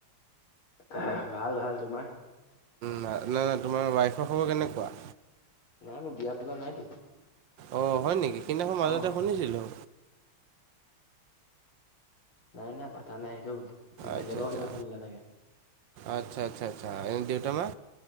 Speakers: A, on the left; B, on the right.
A: অ ভাল ভাল। তোমাৰ?
B: না নাই নাই নাই তোমাৰ ৱাইফৰ খবৰ কেনেকুৱা?
A: নাই মই বিয়া পতা নাইতো।
B: অ হয় নেকি, সেইদিনাখন মাজতে
A: অ
B: শুনিছিলোঁ।
A: নাই নাই পাতা নাই সেইটো বেলেগৰ
B: আচ্ছা আচ্ছা
A: কিবা শুনিলা চাগে।
B: আচ্ছা আচ্ছা আচ্ছা এনে দেউতা মা